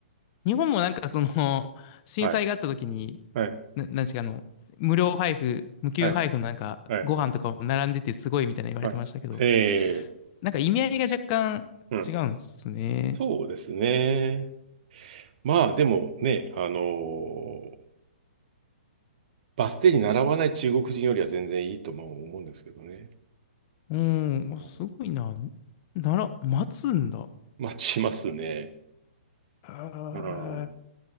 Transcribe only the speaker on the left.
日本もなんかその、震災があった時に、
な、なんちかあの、無料配布、無給配布のなんか、
ご飯とかを並んでてすごいみたいな言われてましたけど、
なんか意味合いが若干違うんですね。
うん、
あすごいな。なら、待つんだ。
へえ